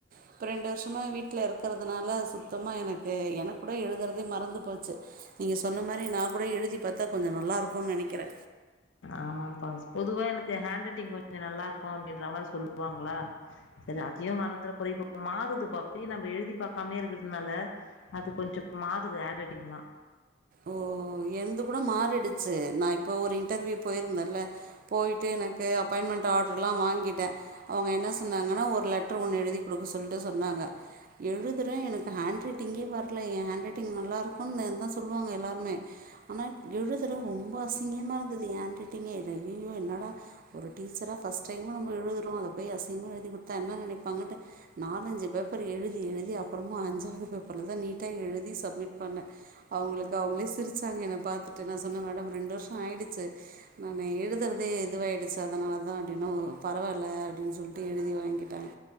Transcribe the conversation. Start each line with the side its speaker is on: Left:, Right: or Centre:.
Right: இப்ப ரெண்டு வருஷமா வீட்ல இருக்கறதுனால சு சுத்தமா எனக்கு எனக்கு கூட எழுதுறதே மறந்து போச்சு நீங்க சொன்ன மாரி நா கூட எழுதி பாத்தா கொஞ்ச நல் நல்லாருக்குன் நெனைக்கிறே
Left: ஆமாம்பா பொதுவா எனக்கு எ ஹேண்ட் ரைட்டிங் கொஞ்சோ நல்லாருக்கு அப்டின்ற மாரி சொல்லுவாங்ளா சரி அதயு மறந்துற போரே இப்ப மாறு து பப்பயே நம்ம எழுதி பாக்காமயே இருக்குறதுனால அது கொஞ்சோ மாறுது ஹேண்ட்ரட்டிங்லா
Right: ஓ என்து கூட மாறிடுச்சு நா இப்ப ஒரு இன்டர்வியூ போயிருந்தல்ல போய்ட்டு எனக்கு அப்பாய்ன்மண்ட் ஆட்ருல்லா வான்கிட்டே அவுங்க என்ன சொன்னாங்கன்னா ஒரு லெட்ரு ஒண்ணு எழுதி குடுக்க சொல்ட்டு சொன்னாங்க எழுதுறே எனக்கு ஹேண்ட் ரட்டிங்கே வர்ல எ ஹேண்ட் ரட்டிங் நல்லாருக்குன் நே தா சொல்லுவாங்க எல்லாருமே ஆனா எழுதுற ரொம்ப அசிங்கிமா இருந்தது எ ஹேண்ட் ரைட்டிங்கே ரய்யய்யோ என்னா ஆனா ஒரு டீச்சரா ஃபஸ்ட் டைமா நம்ம எழுதுறோ அத போய் அசிங்மா எழுதி குடுத்தா என்ன நெனைப்பாங்கன்டு நா நாலஞ்சு பேப்பர் எழுதி எழுதி அப்பறமா அஞ்சாவது பேப்பர்ல தா நீட்டா எழுதி சம்மிட் பண்ணே அவுங்களுக்கு அவுங்களே சிருச்சாங்க என்ன பாத்துட்டு நா சொன்னே மேடம் ரெண்டு வருஷோ ஆய்டுச்சு நானு எழுதுறதே எதுவாய்டுச்சு அதுனாலதா அப்டின்னோ பரவால்ல அப்டின் சொல்ட்டு எழுதி வாங்கிட்டாங்க